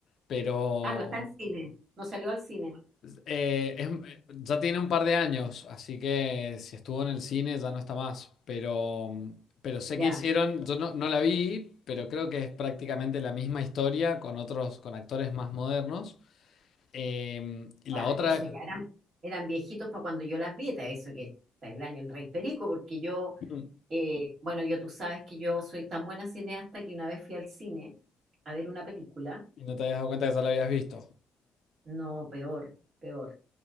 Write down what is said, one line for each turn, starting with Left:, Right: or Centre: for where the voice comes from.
Left: pero
Right: Ah, no está en cine, no salió al cine.
Left: Eh, es- eh, ya tiene un par de años, así que si estuvo en el cine ya no está más. Pero, pero sé
Right: Ya,
Left: que hicieron, yo no, no la vi, pero creo que es prácticamente la misma historia con otros, con actores más modernos. Eh, y la
Right: ah,
Left: otra,
Right: eso ya eran, eran viejitos para cuando yo las vi, ta, eso que está el año el Rey Perico, porque yo,
Left: mm,
Right: eh, bueno, yo tú sabes que yo soy tan buena cineasta que una vez fui al cine a ver una película,
Left: y no te habías dado cuenta que ya la habías visto.
Right: no, peor, peor.